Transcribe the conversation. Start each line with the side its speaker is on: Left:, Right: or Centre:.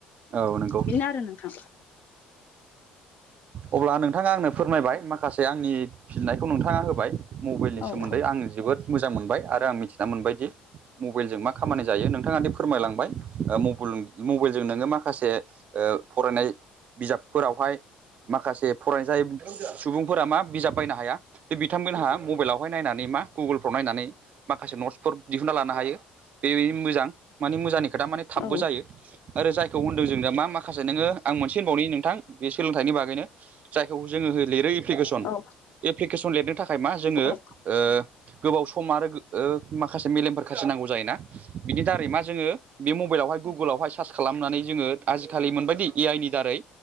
Right: औ नंगौ
Left: बेनो आरो नोंथां।
Right: अब्ला नोंथाङा आंनो फोरमायबाय माखासे आंनि फिननायखौ नोंथाङा होबाय। मबाइलनि
Left: औ
Right: सोमोन्दै
Left: औ
Right: आं जोबोद मोजां मोनबाय आरो आं मिथिना मोनबाय दि मबाइलजों मा खामानि जायो नोंथाङा दि फोरमायलांबाय ओ मबाइल मबाइलजों नोङो माखासे ओ फरायनाय बिजाबफोरावहाय माखासे फरायनाय जाय सुबुंफोरा मा बिजाब बायनो हाया बे बिथांमोनहा मबाइलावहाय नायनानै मा गुगोलफ्राव नायनानै माखासे नटस फोर दिहुनन्ना लानो हायो बे मोजां मानि मोजांनि खोथा माने थाबबो
Left: औ
Right: जायो। आरो जायखौ होनदों जों दा मा माखासे नोङो आं मोनसे होनबावनि नोंथां बे सोलोंथाइनि बागैनो। जायखौ जोङो लिरो एप्लिकेसन
Left: औ
Right: एप्लिकेसन लिरनो थाखाय मा जोङो
Left: औ
Right: ओ गोबाव सम आरो गो ओ माखासे मेलेमफोर खाथिनांगौ जायोना बिनि दारै मा जोङो बे मबाइलावहाय गुगोल आवहाय सार्च खालामनानै जोङो आजिखालि मोनबायदि ए आइ नि दारै